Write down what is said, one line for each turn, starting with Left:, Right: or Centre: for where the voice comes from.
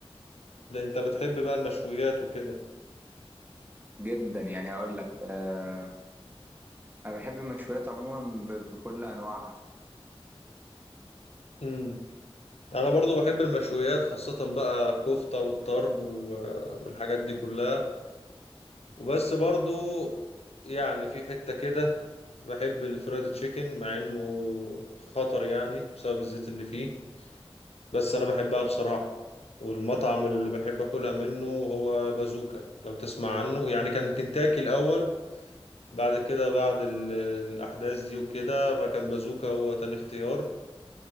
Left: ده انت بتحب بقى المشويات وكده
Right: جدا يعني هقول لك آه أنا بحب المشويات عموما ب- بكل أنواعها
Left: امم انا برضو بحب المشويات خاصة بقى الكفتة والطرب و- والحاجات دي كلها وبس برضو يعني في حتة كده بحب الفرايد تشيكن مع انه خطر يعني بسبب الزيت اللي فيه بس انا بحبها بصراحة والمطعم اللي بحب اكلها منه هو بازوكا لو تسمع عنه يعني كان كنتاكي الاول بعد كده بعد ال- الاحداث دي وكده فكان بازوكا هو تاني اختيار